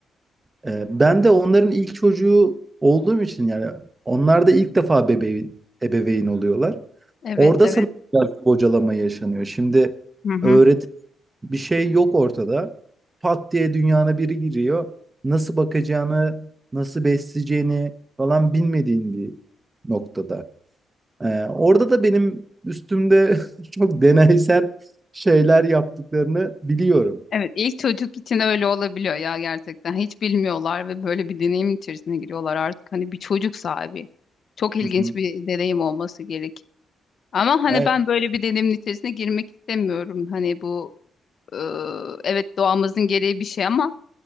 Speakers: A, on the right; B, on the left.
A: Ee, ben de onların ilk çocuğu olduğum için yani onlar da ilk defa bebeğin, ebeveyn oluyorlar.
B: evet,
A: Orada
B: evet.
A: sanırım biraz bocalama yaşanıyor. Şimdi
B: Hı hı.
A: öğret bir şey yok ortada. Pat diye dünyana biri giriyor. Nasıl bakacağını, nasıl besleyeceğini falan bilmediğin bir noktada. Ee, orada da benim üstümde <laughs> çok deneysel şeyler yaptıklarını biliyorum.
B: Evet, ilk çocuk için öyle olabiliyor ya gerçekten. Hiç bilmiyorlar ve böyle bir deneyim içerisine giriyorlar artık. Hani bir çocuk sahibi. Çok ilginç
A: Hı hı.
B: bir deneyim olması gerek. Ama hani
A: Evet.
B: ben böyle bir deneyimin içerisine girmek istemiyorum. Hani bu e, evet doğamızın gereği bir şey ama